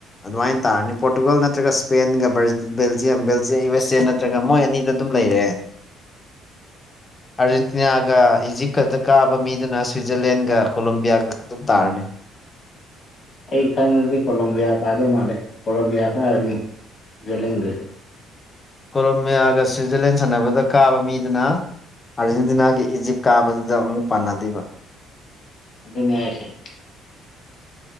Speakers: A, on the left (about 20°); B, on the left (about 40°).
A: ꯑꯗꯨꯃꯥꯏꯟ ꯇꯥꯔꯅꯤ ꯄꯣꯔꯇꯨꯒꯜ ꯅꯠꯇ꯭ꯔꯒ ꯏꯁꯄꯦꯟꯒ ꯕꯔ ꯕꯦꯜꯖꯤꯌꯝ ꯕꯦꯜꯖ ꯌꯨ ꯑꯦꯁ ꯑꯦ ꯅꯠ ꯅꯠꯇ꯭ꯔꯒ ꯃꯣꯏ ꯑꯅꯤꯗ ꯑꯗꯨꯝ ꯂꯩꯔꯦ ꯑꯥꯔꯖꯦꯟꯇꯤꯅꯥꯒ ꯏꯖꯤꯞꯀꯗ ꯀꯥꯕ ꯃꯤꯗꯨꯅ ꯁ꯭ꯋꯤꯖꯔꯂꯦꯟꯒ ꯀꯣꯂꯣꯝꯕꯤꯌꯥꯒ ꯑꯗꯨꯝ ꯇꯥꯔꯅꯤ
B: ꯑꯩ ꯈꯪꯉꯗꯤ ꯀꯣꯂꯣꯝꯕꯤꯌꯥ ꯇꯥꯗꯧ ꯃꯥꯜꯂꯦ ꯀꯣꯂꯣꯕꯤꯌꯥ ꯀꯥꯔꯃꯤ ꯁ꯭ꯋꯤꯠꯖꯔꯂꯦꯟꯒꯁꯨ
A: ꯀꯣꯂꯣꯝꯕꯤꯌꯥꯒ ꯁ꯭ꯋꯤꯠꯖꯔꯂꯦꯟ ꯁꯥꯟꯅꯕꯗ ꯀꯥꯕ ꯃꯤꯗꯨꯅ ꯑꯥꯔꯖꯦꯟꯇꯤꯅꯥꯒꯤ ꯏꯖꯤꯞ ꯀꯥꯕꯗꯨꯗ ꯑꯃꯨꯛ ꯄꯥꯟꯅꯗꯣꯏꯕ
B: ꯑꯗꯨꯟ ꯅꯩꯅ꯭ꯥꯏꯁꯦ